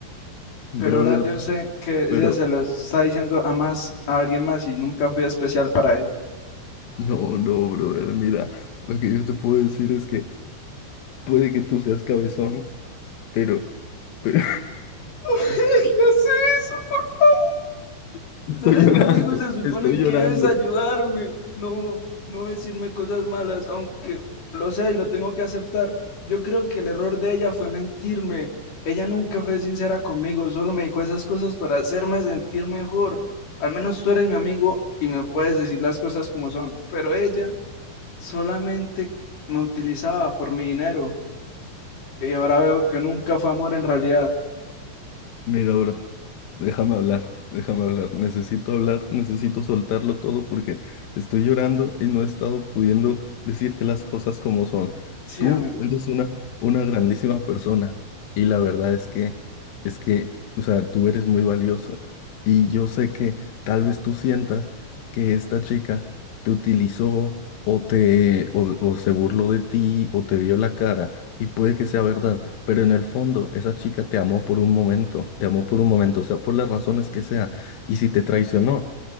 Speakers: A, on the left (about 70°); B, on the left (about 45°).
A: Brother,
B: pero ahora yo sé que ella
A: pero
B: se lo está diciendo a más a alguien más y nunca fui especial para ella.
A: no, no, brother. Mira, lo que yo te puedo decir es que puede que tú seas cabezón, pero, pero
B: <laughs> no me digas eso, por favor.
A: <laughs> estoy
B: Tú eres
A: llorando,
B: mi amigo, se supone
A: estoy llorando.
B: que debes ayudarme, no, no decirme cosas malas, aunque lo sé y lo tengo que aceptar. Yo creo que el error de ella fue mentirme. Ella nunca fue sincera conmigo, solo me dijo esas cosas para hacerme sentir mejor. Al menos tú eres mi amigo y me puedes decir las cosas como son, pero ella... Solamente me utilizaba por mi dinero y ahora veo que nunca fue amor en realidad.
A: Mira, bro. Déjame hablar, déjame hablar. Necesito hablar, necesito soltarlo todo porque estoy llorando y no he estado pudiendo decirte las cosas como son.
B: Sí,
A: Tú
B: amigo.
A: eres una, una grandísima persona y la verdad es que, es que, o sea, tú eres muy valiosa y yo sé que tal vez tú sientas que esta chica te utilizó o te, o, o se burló de ti o te vio la cara y puede que sea verdad. Pero en el fondo, esa chica te amó por un momento, te amó por un momento, o sea, por las razones que sea. Y si te traicionó,